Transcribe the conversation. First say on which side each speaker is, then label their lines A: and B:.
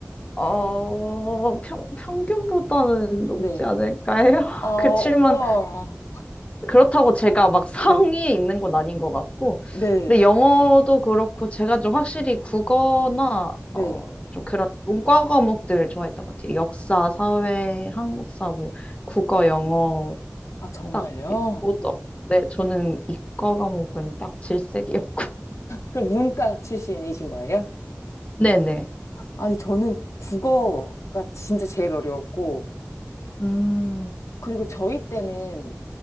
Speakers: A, on the left (about 25°); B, on the left (about 75°).
A: 어, 평, 평균보다는 높지
B: 네.
A: 않을까요? <laughs>
B: 아, 우와.
A: 그치만 그렇다고 제가 막 성이
B: 네.
A: 있는 건 아닌 것 같고,
B: 네.
A: 근데 영어도 그렇고 제가 좀 확실히 국어나
B: 네.
A: 어, 좀 그런 문과 과목들을 좋아했던 것 같아요. 역사, 사회, 한국사, 뭐 국어, 영어
B: 아, 정말요?
A: 딱 오덕. 네, 저는 이과 과목은 딱 질색이었고. <laughs>
B: 그럼 문과 출신이신 거예요?
A: 네네.
B: 아니, 저는 국어가 진짜 제일 어려웠고,
A: 음,
B: 그리고 저희 때는